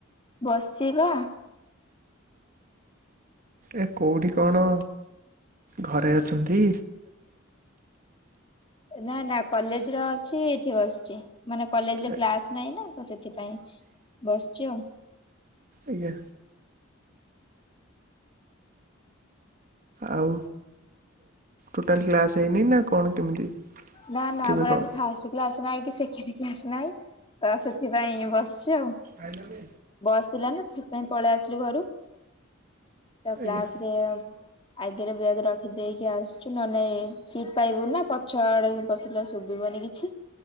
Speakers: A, on the left; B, on the right.
A: ବସିଚି ବା।
B: ଏ କୋଉଠି କଣ ଘରେ ଅଛନ୍ତି?
A: ନା ନା କଲେଜ ରେ ଅଛି ଏଇଠି ବସିଛି। ମାନେ କଲେଜରେ
B: ଆ-
A: କ୍ଲାସ ନାଇଁ ନା ତ ସେଥିପାଇଁ ବସିଛି ଆଉ।
B: ଆଜ୍ଞା। ଆଉ ଟୋଟାଲ କ୍ଲାସ୍ ହେଇନି ନା କଣ କେମିତି?
A: ନା ନା
B: କେବେ
A: ଆମର
B: କଣ
A: ଆଜି ଫାଷ୍ଟ ଫାର୍ଷ୍ଟ ନାହିଁ କି ସେକେଣ୍ଡ କ୍ଲାସ୍ ନାଇଁ ତ ସେଥିପାଇଁ ବସିଛି ଆଉ।
B: ଆଇଲନି।
A: ବସ୍ ଥିଲା ନା ସେଥିପାଇଁ ପଳେଇ ଆସିଲୁ ଘରୁ ତ
B: ଆଜ୍ଞା
A: କ୍ଲାସ ରେ ଆଗରେ ବ୍ୟାଗ ରଖିଦେଇକି ଆସିଛୁ ନ ନାଇ ସିଟ ପାଇବୁ ନା ପଛ <inaudible> ପଶିଲେ ଶୁଭିବନି କିଛି।